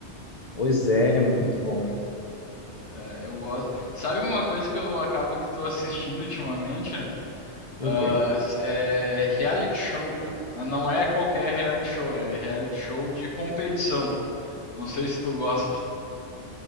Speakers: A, on the left (about 40°); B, on the left (about 80°).
A: Pois é, ele é muito bom.
B: É, eu gosto. Sabe uma coisa que eu acabo que estou assistindo ultimamente?
A: O
B: Ah,
A: quê?
B: é reality show, cara. Mas não é qualquer reality show, é reality show de competição. Não sei se tu gosta.